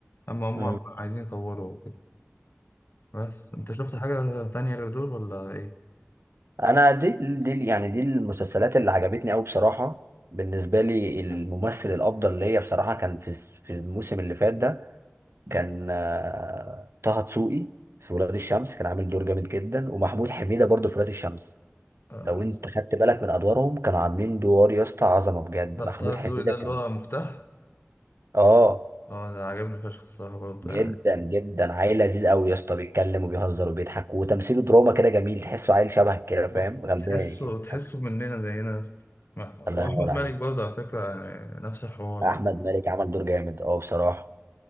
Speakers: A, on the left (about 60°); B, on the right (about 75°).
A: أما هم
B: مم.
A: عايزين يطولوا وكده بس أنت شفت حاجة تانية غير دول ولا ايه؟
B: انا دي دي يعني دي المسلسلات اللي عجبتني قوي بصراحة بالنسبة لي الممثل الافضل ليا بصراحة كان في الس- في الموسم اللي فات ده كان آه، طه دسوقي في ولاد الشمس كان عامل دور جامد جدا ومحمود حميدة برضه في ولاد الشمس
A: آه،
B: لو انت خدت بالك من ادوارهم كانوا عاملين دور يا اسطى عظمة بجد
A: لا
B: محمود
A: طه
B: حميدة
A: دلوقتي ده
B: كان
A: اللي هو مفتاح
B: اه
A: اه ده عجبني فشخ الصراحة برضه
B: جدا
A: يعني
B: جدا عيل لذيذ قوي يا اسطى بيتكلم وبيهزر وبيضحك وتمثيله دراما كده جميل تحسه عيل شبهك كده
A: بص،
B: فاهم
A: تحسه
B: غمباي كده
A: تحسه مننا زينا يا اسطى. ما- وأحمد
B: الله ينور
A: مالك
B: عليك يا
A: برضه
B: اسطى.
A: على فكرة يعني نفس الحوار
B: احمد
A: معاه
B: مالك عمل دور جامد اه بصراحه